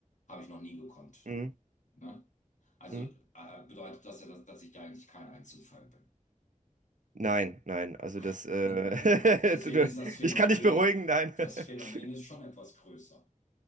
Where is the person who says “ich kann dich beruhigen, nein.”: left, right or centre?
Right